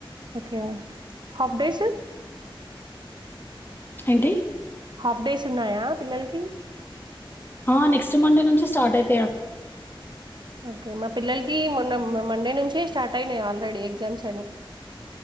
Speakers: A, on the right (about 55°); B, on the left (about 25°).
A: ఓకే హాఫ్ డేస్
B: ఏంటి
A: హాఫ్ డేస్ ఉన్నాయా పిల్లలకి
B: ఆ నెస్ట్ మండే నుంచి స్టార్ట్ అయి
A: ఓకే మా పిల్లలకి మొన్న మండే నుంచే స్టార్ట్ అయినాయి ఆల్రెడీ ఎగ్జామ్స్ అని